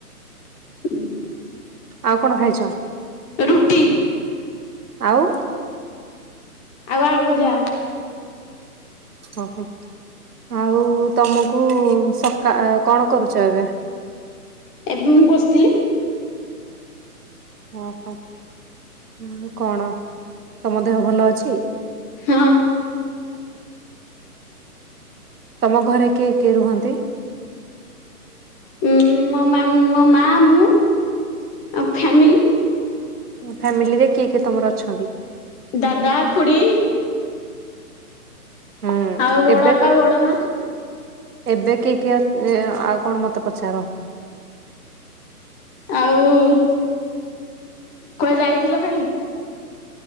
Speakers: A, on the left; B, on the right.
A: ହୁଁ।
B: ଆଉ କଣ ଖାଇଛ?
A: ରୁଟି।
B: ଆଉ
A: ଆଉ ଆଳୁଭଜା।
B: ଓହୋ ଆଉ ତମକୁ ସକା କଣ କରୁଛ ଏବେ?
A: ଏବେ ମୁଁ ବସିଥିଲି।
B: ଓହୋ ଆଉ କଣ ତମ ଦେହ ଭଲ ଅଛି।
A: ହଁ।
B: ତମ ଘରେ କିଏ କିଏ ରୁହନ୍ତି?
A: ଉ ମୋ ମୋ ମା ମୁଁ ଆ ଫ୍ୟାମିଲି।
B: ଫ୍ୟାମିଲିରେ କିଏ କିଏ ତମର ଅଛନ୍ତି?
A: ଦାଦା ଖୁଡ଼ି
B: ହୁଁ
A: ଆଉ ବଡ
B: ଏବେ
A: ବାପା ବଡ ମା?
B: ଏବେ କି କିଏ ଅ ଆଉ କଣ ମତେ ପଚାର?
A: ଆଉ କୁଆଡେ ଯାଇଥିଲ କାଲି?